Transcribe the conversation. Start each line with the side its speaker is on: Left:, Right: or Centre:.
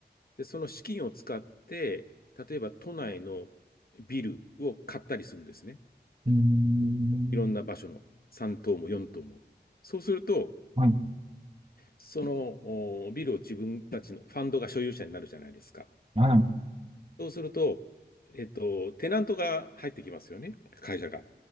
Left: で、その資金を使って、例えば都内のビルを買ったりするんですね。
Right: うーん。
Left: いろんな場所の3棟も4棟も。そうすると、
Right: はい、
Left: そのおビルを自分たちのファンドが所有者になるじゃないですか。
Right: はい、
Left: そうすると、えっと、テナントが入ってきますよね、会社が。